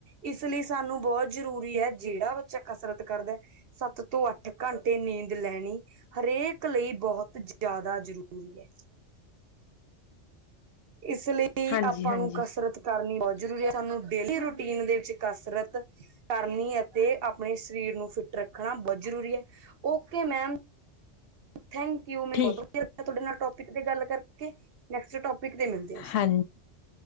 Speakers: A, on the right; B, on the left.
A: ਈ ਇਸ ਲਈ ਸਾਨੂੰ ਬਹੁਤ ਜ਼ਰੂਰੀ ਐ ਜਿਹੜਾ ਬੱਚਾ ਕਸਰਤ ਕਰਦਾ ਐ ਸੱਤ ਤੋਂ ਅੱਠ ਘੰਟੇ ਨੀਂਦ ਲੈਣੀ ਈ ਹਰੇਕ ਲਈ ਬਹੁਤ ਜ਼ਿਆਦਾ ਜ਼ਰੂਰੀ ਐ ਇਸ ਲਈ
B: ਹਾਂਜੀ,
A: ਆਪਾਂ
B: ਹਾਂਜੀ
A: ਨੂੰ ਕਸਰਤ ਆ ਕਰਨੀ ਬਹੁਤ ਜ਼ਰੂਰੀ ਐ ਸਾਨੂੰ ਡੇਲੀ ਰੂਟੀਨ ਦੇ ਵਿੱਚ ਕਸਰਤ ਕਰਨੀ ਈ ਅਤੇ ਆਪਣੇ ਸਰੀਰ ਨੂੰ ਫਿੱਟ ਰੱਖਣਾ ਬਹੁਤ ਜ਼ਰੂਰੀ ਐ ਓਕੇ ਮੈਮ ਐ ਥੈਂਕ ਯੂ ਮੈਨੂੰ
B: ਠੀਕ,
A: ਵਧੀ ਲੱਗਾ ਤੁਹਾਡੇ ਨਾਲ ਟੋਪਿਕ ਤੇ ਗੱਲ ਕਰਕੇ ਨੇਕਸਟ ਟੋਪਿਕ ਤੇ ਮਿਲਦੇ ਆ ਜੀ
B: ਹਾਂ